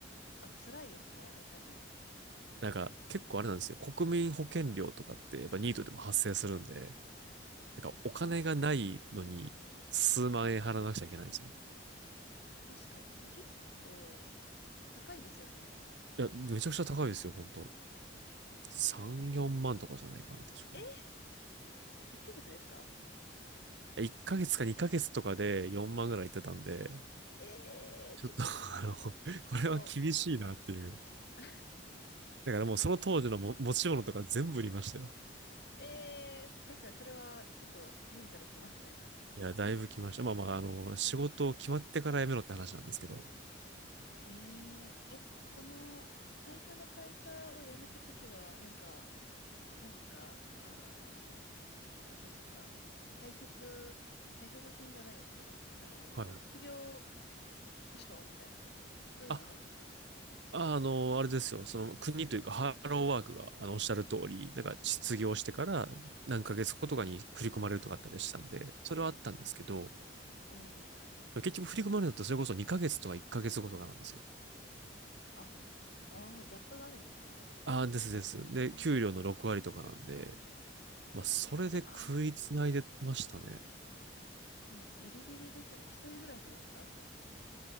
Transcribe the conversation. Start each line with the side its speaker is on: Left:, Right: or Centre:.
Left: あ、辛いですかやっぱり。
Right: なんか、結構あれなんですよ。国民保険料とかって、やっぱニートでも発生するんで、なんか、お金がないのに、
Left: ああ、
Right: 数万円払わなくちゃいけないんですよ。
Left: 確かに。え、結構高いですよね。
Right: いや、めちゃくちゃ高いですよ、本当。3、4万とかじゃないかな、確か。
Left: え、1ヶ月ですか
Right: 1ヶ月か2ヶ月とかで4万ぐらいいってたんで、
Left: えー、
Right: ちょっと
Left: ちょっ
Right: <laughs> あの、これは厳しいなっていう。
Left: と、<laughs>
Right: だからもうその当時のも持ち物とか全部売りましたよ。
Left: ちょっと、えー、確かにそれはちょっとメンタルきますね。
Right: いや、だいぶ来ました。まあまあ、あの、仕事を決まってから辞めろって話なんですけど。
Left: えー、え、その、最初の会社を辞めたときは、なんか、何ですかあのー忘れちゃった。退職、退職金じゃないですけど、あのー失業
Right: はい。
Left: 保障みたいな、そういうのはないんですか
Right: あ、ああの、あれですよ。その国というか、ハローワークが、あの、おっしゃる通り、なんか失業してから何ヶ月後とかに振り込まれるとかあったりしたんで、それはあったんですけど、
Left: おー。
Right: 結局振り込まれるのってそれこそ2ヶ月とか1ヶ月後とかなんですよ。
Left: あ、ああ、ギャップがあるんですね。
Right: ああ、ですです。
Left: うーん。
Right: で、給料の6割とかなんで、まあ、それで食いつないでましたね。
Left: ああ、もうギリギリですよね。一人暮らしでしたその時。